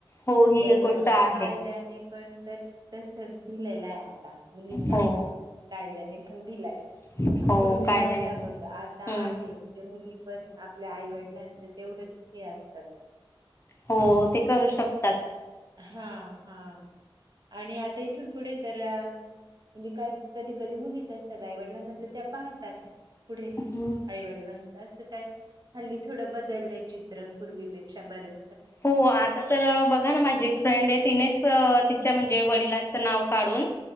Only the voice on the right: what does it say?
बरं
कायद्याने पण तर तस धिलेलं आहे आता मुलींना
हक्क कायद्याने- पण दिलाय-
पूर्वी
नव्हता
बघा, आता
आहे म्हणजे मुली पण आपल्या आईवडिलांचं तेवढंच- ते असतात.
हां हां आणि आता इथून पुढे तर आं- म्हणजे कध कधी -कधी मुलीच असतात आईवडिलांना तर त्या पाहतात. पुढे
आईवडिलां जास्त काय हल्ली थोडं बदललय चित्र पूर्वीपेक्षा बरच